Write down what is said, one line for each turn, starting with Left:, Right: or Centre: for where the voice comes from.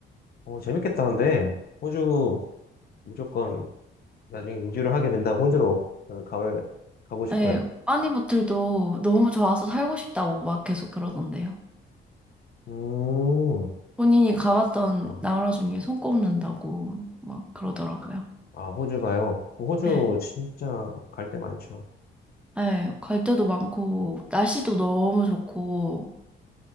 Left: 어, 재밌겠다, 근데. 호주 무조건 나중에 인주를 하게 된다면 호주로 저는 가을, 가고 싶어요.
Centre: 예, 빠니보틀도 너무 좋아서 살고 싶다고 막 계속 그러던데요.
Left: 음,
Centre: 본인이 가봤던
Left: 아,
Centre: 나라 중에 손꼽는다고 막 그러더라고요.
Left: 아, 호주 가요. 호주
Centre: 예,
Left: 진짜 갈 데 많죠.
Centre: 예, 갈 데도 많고, 날씨도 너무 좋고,